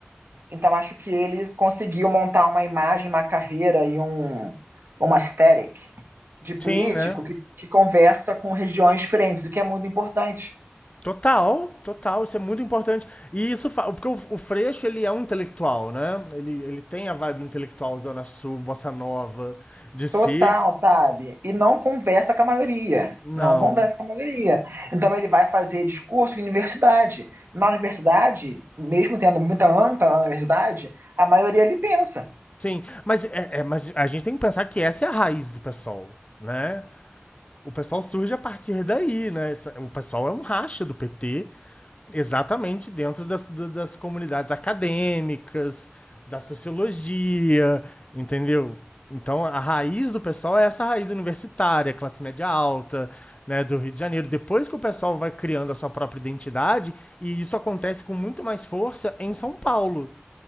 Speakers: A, on the right; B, on the left.
A: Então, acho que ele conseguiu montar uma imagem, uma carreira e um, uma aesthetic de político
B: Sim, né?
A: que, que conversa com regiões diferentes, o que é muito importante.
B: Total, total, isso é muito importante. E isso, fa- porque o, o Freixo, ele é um intelectual, né? Ele, ele tem a vibe intelectual Zona Sul, Bossa Nova, de si.
A: Total, sabe? E não conversa com a maioria.
B: Não.
A: Não conversa com a maioria. Então ele vai fazer discurso em universidade. Na universidade, mesmo tendo muita anta na universidade, a maioria ele pensa.
B: Sim, mas, é, é, mas a gente tem que pensar que essa é a raiz do PSOL, né? O PSOL surge a partir daí, né? Essa- O PSOL é um racha do PT, exatamente dentro das, da- das comunidades acadêmicas, da sociologia, entendeu? Então, a raiz do PSOL é essa raiz universitária, classe média alta, né, do Rio de Janeiro. Depois que o pessoal vai criando a sua própria identidade, e isso acontece com muito mais força em São Paulo,